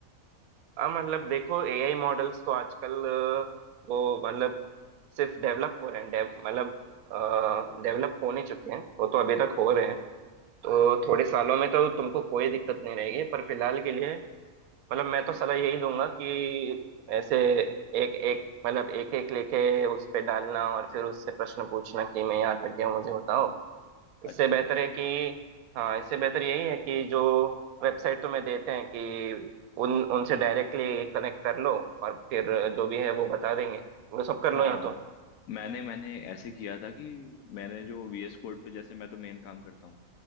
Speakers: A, on the right; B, on the left.
A: अब मतलब देखो एआई मॉडल्स तो आजकल अ, वो मतलब सिर्फ डेवलप हो रहे हैं डेव मतलब डेवलप हो नहीं चुके हैं वो तो अभी तक हो रहे हैं तो थोड़े सालों में तो तुमको कोई दिक्कत नहीं रहेगी पर फिलहाल के लिए मतलब मैं तो सलाह यही दूंगा कि ऐसे एक एक मतलब एक एक लेके उस पे डालना और फिर उससे प्रश्न पूछना कि मैं यहाँ तक गया हूँ, मुझे बताओ इससे
B: अच्छा
A: बेहतर है कि हाँ इससे बेहतर यही है कि जो वेबसाइट तुम्हें देते हैं कि उन उनसे डायरेक्टली कनेक्ट कर लो और फिर जो भी है वो बता देंगे वो सब कर लो
B: हाँ
A: या तो
B: मैंने मैंने ऐसे किया था कि मैंने जो VS कोड पे जैसे मैं तो मेन काम करता हूँ